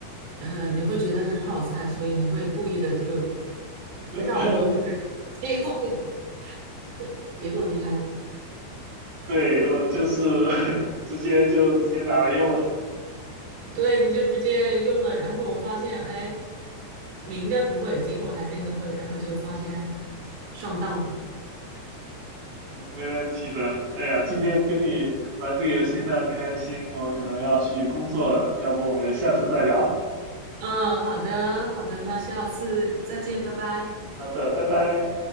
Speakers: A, on the right (about 45°); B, on the right (about 85°).
A: 呃，你会觉得很好猜，所以你会故意的就
B: 呃呃
A: 绕过这个人，结果你对，
B: 嗯，
A: 结果你还
B: 对，我就是 <laughs> 直接就直接拿来用了。
A: 对，你就直接用了，然后我发现，哎，你应该不会，结果还真的会，然后就发现上当了。
B: 没问题的。哎呀，今天跟你玩这个游戏非常开心，我可能要去工作了，要不我们下次再聊？
A: 嗯，好的，好的，那下次再见，拜拜。
B: 好的，拜拜。